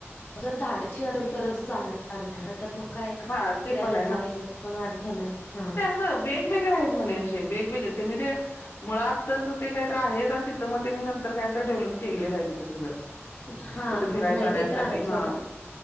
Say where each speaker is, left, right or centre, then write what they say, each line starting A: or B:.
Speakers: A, on the left; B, on the left.
A: जर धाडशी असेल तरच जाणार अर्थ आहे ना तर मग काय
B: हा
A: फिरायला
B: ते पण
A: जाय ना पण अर्थ नाही हा.
B: अ वेगवेगळे आहेत म्हणे असे वेगवेगळे त्यांनी ते मुळातच आताच ते काहीतरी आहेत आणि तिथं मग त्यानी नंतर काहीत डेव्हलप केलेलं आहे तिथं सगळं.
A: हा
B: तिथं फिराय
A: नाही
B: जाण्यासाठी
A: ते तर आहेत
B: हा
A: सोडा